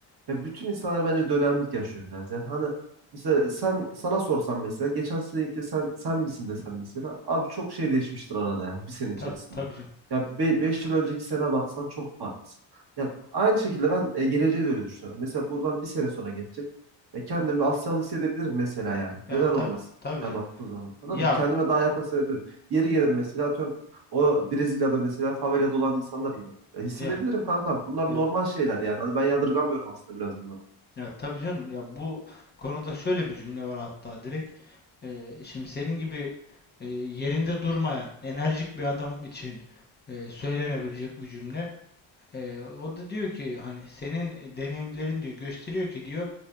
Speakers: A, on the right; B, on the left.
A: Ya bütün insanlar bence dönemlik yaşıyor biraz. Yani hani mesela sen sana sorsam mesela geçen seneki sen sen misin desen mesela abi çok şey değişmiştir arada yani bir sene içerisinde.
B: Tabii, tabii canım.
A: Ya be 5 yıl önceki sene baksan çok farklısın. Yani aynı şekilde ben e, geleceğe de öyle düşünüyorum. Mesela buradan bir sene sonra geçecek. E, kendimi Asyalı hissedebilirim mesela yani.
B: Ya
A: Neden
B: tabii
A: olmasın?
B: tabii
A: Ya
B: canım.
A: baktığın zaman. Anladın
B: Ya
A: mı? Kendime daha yakın hissedebilirim. Yeri gelir mesela atıyorum o Brezilya'da mesela favelada olan insanlar gibi. Ya hissedebilirim
B: ya
A: kankam. Bunlar
B: ya,
A: normal şeyler yani. Hani ben yadırgamıyorum aslında biraz bunları.
B: ya tabii canım. Ya bu konuda şöyle bir cümle var hatta direkt. Ee, şimdi senin gibi e, yerinde durmayan enerjik bir adam için e, söylenebilecek bir cümle. Ee, o da diyor ki hani senin deneyimlerin diyor gösteriyor ki diyor